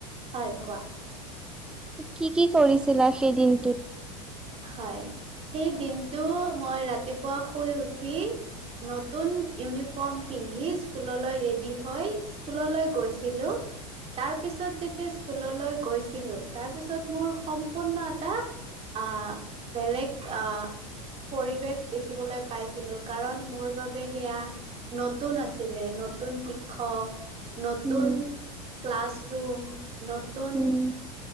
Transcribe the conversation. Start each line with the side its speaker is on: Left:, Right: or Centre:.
Right: হয় কোৱা
Centre: কি কি কৰিছিলা সেই দিনটোত
Right: হয় সেই দিনটো মই ৰাতিপুৱা শুই উঠি নতুন ইউনিফৰ্ম পিন্ধি স্কুললৈ ৰেডি হৈ স্কুললৈ গৈছিলোঁ তাৰপিছত যেতিয়া স্কুললৈ গৈছিলো তাৰপিছত মোৰ সম্পূৰ্ণ এটা অ' বেলেগ অ' পৰিৱেশ দেখিবলৈ পাইছিলো কাৰণ মোৰ বাবে সেয়া নতুন আছিলে নতুন নতুন শিক্ষক নতুন
Centre: উম,
Right: ক্লাছৰুম নতুন
Centre: উম।